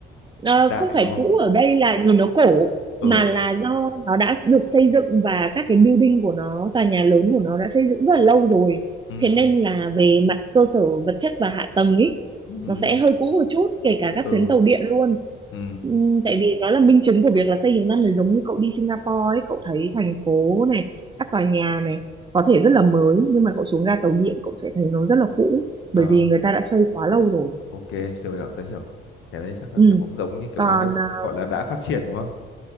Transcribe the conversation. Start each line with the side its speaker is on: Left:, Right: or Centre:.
Right: ờ,
Left: Đại
Right: không phải
Left: đúng
Right: cũ
Left: không?
Right: ở đây là nhìn nó cổ
Left: Ừ.
Right: mà là do nó đã được xây dựng và các cái building của nó tòa nhà lớn của nó đã xây dựng rất là lâu rồi
Left: Ừ.
Right: thế nên là về mặt cơ sở vật chất và hạ tầng ý
Left: Ừ.
Right: nó sẽ hơi cũ một chút kể cả các
Left: Ừ.
Right: tuyến tàu điện luôn
Left: Ừ.
Right: Ừm, tại vì nó là minh chứng của việc là xây nhiều năm là giống như cậu đi Singapore ấy cậu thấy thành phố này các tòa nhà này có thể rất là mới nhưng mà cậu xuống ga tàu điện cậu sẽ thấy nó rất là cũ bởi
Left: Ờ,
Right: vì người ta đã xây quá lâu rồi
Left: ok, hiểu hiểu, tớ hiểu. Cái đấy chắc là
Right: ừ.
Left: kiểu cũng giống như kiểu
Right: còn
Left: các nước
Right: à,
Left: gọi là đã phát triển đúng không?